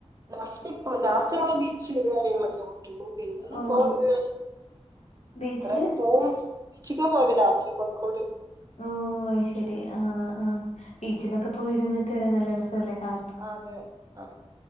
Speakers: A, on the right; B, on the left.
A: ലാസ്റ്റ് ഇപ്പോ ലാസ്റ്റ് നമ്മള് ബീച്ച് <unintelligible>
B: ഓഹ് ബീച്ചില്
A: കൊറേ പോവും ബീച്ചിലാ പോയത് ലാസ്റ്റ് കോഴിക്കോട്
B: ഓ അത് ശരി
A: ഉം
B: ആഹ് ആഹ് ബീച്ചിലൊക്കെ പോയിരുന്നിട്ട് വരാൻ നല്ല രസമല്ലേ കാ
A: അതെ ആ